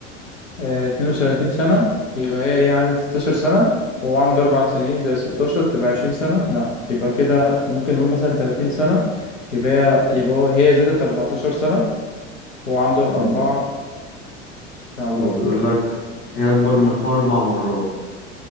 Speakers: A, on the left; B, on the left.
A: آه، 32 سنة يبقى هي ايه عدد 16 سنة وهو عنده أربع سنين زي 16 تبقى 20 سنة لا يبقى كده ممكن نقول مثلا 30 سنة يبقى هي يبقى هو هي زادت 14 سنة وهو عنده
B: يعني
A: أربعة لا برضه
B: هو بيقول لك هي أكبر من أخوها أربع مرات